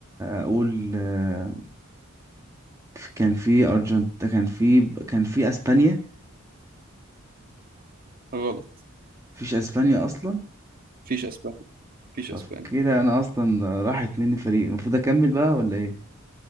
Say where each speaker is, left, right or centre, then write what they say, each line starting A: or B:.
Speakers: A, on the right; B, on the right.
A: اقول آه، كان في ارجنت كان في كان في اسبانيا
B: غلط
A: مفيش اسبانيا اصلا
B: مفيش أسبانيا مفيش
A: طب
B: أسبانيا
A: كده انا اصلا راحت مني فريق المفروض اكمل بقى ولا ايه